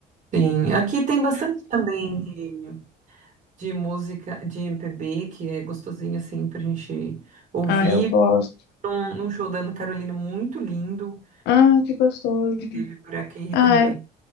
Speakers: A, on the right; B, on the left.
A: Sim, aqui tem bastante também de, de música de MPB, que é gostosinho, assim, pra gente ouvir.
B: Ah, eu gosto.
A: Um, um show da Ana Carolina muito lindo,
B: Ah, que gostoso.
A: teve por aqui
B: Ah.
A: também.